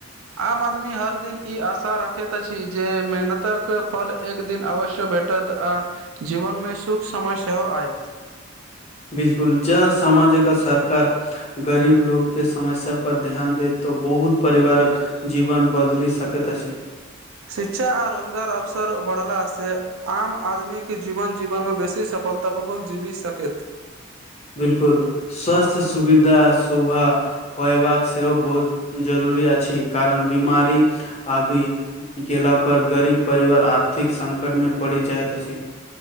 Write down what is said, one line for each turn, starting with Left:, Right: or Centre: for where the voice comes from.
Right: आम आदमी हर दिन ई आशा राखैत अछि जे मेहनतक फल एक दिन अवश्य भेटै टत आ जीवन मे सुख समय सेहो आयत
Left: बिलकुल जा समाजक सरकार गरीब लोकके समस्यापर ध्यान दत तऽ बहुत परिवारक जीवन बदलि सकैत अछि
Right: शिक्षा आ रोजगार अवसर बढ़लास से आम आदमी के जीवन जीवन में बेसी सफलता पूर्वक जीवी सकैत
Left: बिल्कुल स्वास्थ सुविधा सुभा होयबाक सेहो बहुत जरूरी अछि कारण बिमारी अभी गेला पर गरीब परिवार आर्थिक संकट मे पड़ि जाइत अछि